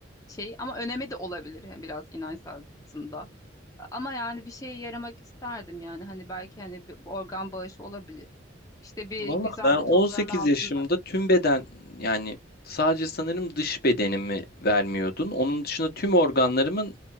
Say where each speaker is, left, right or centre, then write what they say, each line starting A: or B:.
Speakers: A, on the left; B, on the left.
A: şey ama önemi de olabilir yani biraz inançsal kısımda. Ama yani bir şeye yaramak isterdim yani hani belki hani bir organ bağışı olabilir. İşte bir
B: Valla
A: güzel
B: ben
A: bir
B: 18
A: toprağın altında
B: yaşımda tüm beden yani sadece sanırım dış bedenimi vermiyordun. Onun dışında tüm organlarımın